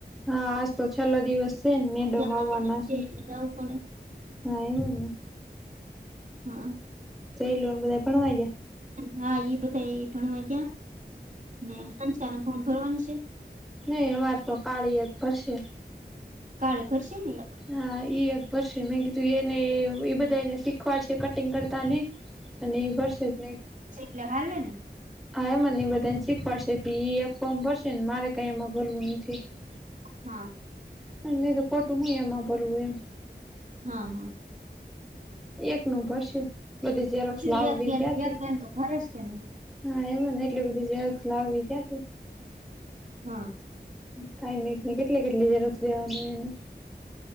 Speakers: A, in the centre; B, on the right.
A: હા આજ તો છેલ્લો દિવસ સે ને મેડમ
B: છેલ્લો
A: આવવાના
B: દિવસ
A: છે.
B: એટલે જવું પડે
A: હા એમ જ ને
B: હા
A: હ જઈ લોને બધા ભણવા ગયા
B: હા એઈ ઈ બધાં ભણવાજ્યા ને અચછા અને ફોર્મ ભરવાનું છે.
A: નહી અમારે તો કાળી એક ભરશે.
B: કાળી કરશે ને એક
A: હા ઈ એક ભર શે મેં કીધું એને એ બધાને શીખવાડશે કટિંગ કરતા ને અને એ ભરષે જ
B: લે હાલે
A: હા એ મને એ બધાને શીખવાડશે તે ઈ એક એ એક ફોર્મ ભરશે ને મારે કઈ એમાં ભરવું નથી. હ <unintelligible>
B: હા
A: હ મે કીધું ખોટું હું એમાં ભરવું એમ
B: હા હા
A: એક નુ ભરસું બધી જેરોક્સ
B: શું
A: લાવવી
B: એક બેન
A: ક્યાથી.
B: એક બેન તો ભરે જ કે નહીં
A: હા એમાં ને એટલી બધી જ ઝેરોક્સ લાવવી ક્યાંથી.
B: હા
A: કાઈ નકી ની કેટલી કેટલી ઝેરોક્સ દેવાની હોય એને.